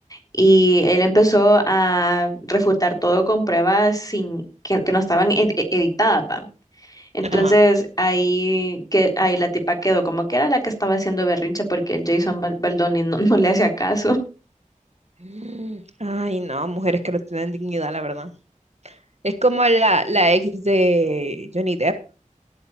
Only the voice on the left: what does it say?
y él empezó a refutar todo con pruebas sin, que, que no estaban ed- e- editadas, va. Entonces
ahí, que, ahí la tipa quedó como que era la que estaba haciendo berrincha porque el Jason Bal- Baldoni no, <laughs> no le hacía caso.